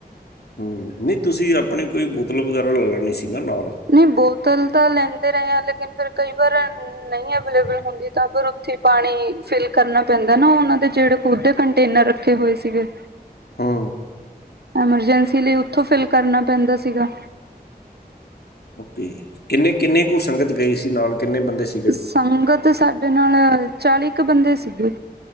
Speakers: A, on the left; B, on the right.
A: ਨਹੀਂ ਤੁਸੀਂ ਆਪਣੀ ਕੋਈ ਬੋਤਲ ਵਗੈਰਾ ਲੈ ਲੈਣੀ ਸੀ ਨਾ ਨਾਲ,
B: ਨਹੀਂ ਬੋਤਲ ਤਾਂ ਲੈਂਦੇ ਰਹੇ ਆਂ, ਲੇਕਿਨ ਫਿਰ ਕਈ ਵਾਰ ਐ ਨਹੀਂ ਅਵੇਲੇਬਲ ਹੁੰਦੀ, ਤਾਂ ਫਿਰ ਉੱਥੇ ਪਾਣੀ ਫਿਲ ਕਰਨਾ ਪੈਂਦਾ ਨਾ ਉਹਨਾਂ ਦੇ ਜਿਹੜੇ ਖੁਦ ਦੇ ਕੰਟੇਨਰ ਰੱਖੇ ਹੋਏ ਸੀਗੇ।
A: ਹੂ
B: ਐਮਰਜੈਂਸੀ ਲਈ ਉੱਥੋਂ ਫਿਲ ਕਰਨਾ ਪੈਂਦਾ ਸੀਗਾ।
A: ਓਕੇ, ਕਿੰਨੇ ਕਿੰਨੇ ਕੁ ਸੰਗਤ ਗਈ ਸੀ ਨਾਲ, ਕਿੰਨੇ ਬੰਦੇ ਸੀ
B: ਸੰਗਤ ਸਾਡੇ ਨਾਲ ਚਾਲੀ ਕੁ ਬੰਦੇ ਸੀਗੇ।